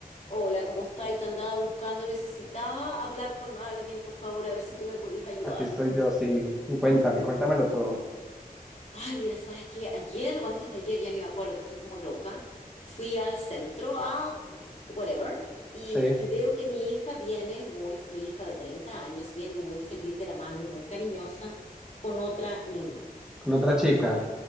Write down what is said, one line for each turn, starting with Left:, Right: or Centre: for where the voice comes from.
Left: Hola, ¿cómo estáis? Te andaba buscando, necesitaba hablar con alguien, por favor, a ver si tú me podías ayudar.
Centre: Aquí estoy yo, sí. Y cuéntame, cuéntamelo todo.
Left: Ay, mira, ¿sabes qué? Ayer o antes de ayer, ya ni me acuerdo, porque estoy como loca, fui al centro a whatever y,
Centre: Sí,
Left: y veo que mi hija viene muy, mi hija de 30 años, viene muy feliz de la mano y muy cariñosa con otra niña.
Centre: con otra chica.